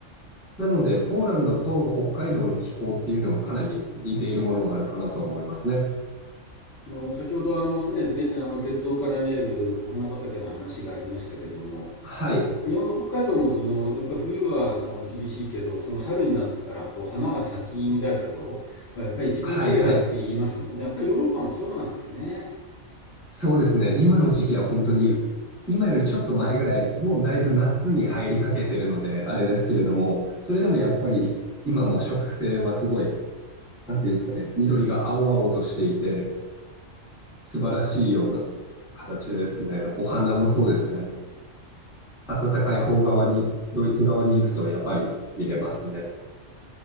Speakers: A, in the centre; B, on the left.
A: なので、ポーランドと北海道の気候っていうのはかなり似ているものがあるかなと思いますね。
B: あの先ほどあの、ね、であの鉄道から見えるお花畑の話がありましたけども、
A: はい。
B: お日本の北海道もそのやっぱり冬はあの厳しいけど、その春になってからこう花が咲き乱れた頃がやっぱり一番綺麗だって言いますもんね。
A: はいはい。
B: やっぱりヨーロッパもそうなんですね。
A: そうですね。今の時期は本当に、今よりちょっと前ぐらい、もうだいぶ夏に入りかけてるので、あれですけれども、それでもやっぱり今も植生はすごい、なんていうんですかね、緑が青々としていて、素晴らしいような形ですね。お花もそうですね。暖かい方側に、ドイツ側に行くとやっぱり見れますね。